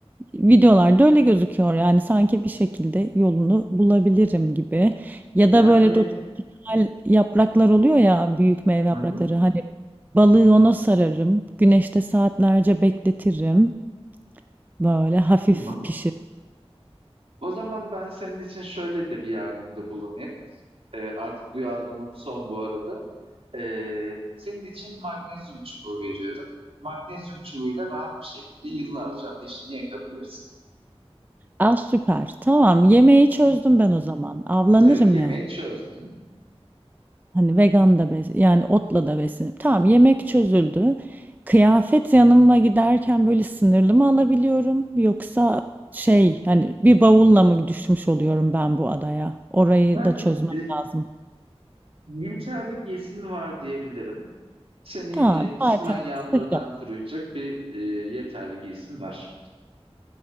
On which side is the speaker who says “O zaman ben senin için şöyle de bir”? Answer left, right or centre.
Right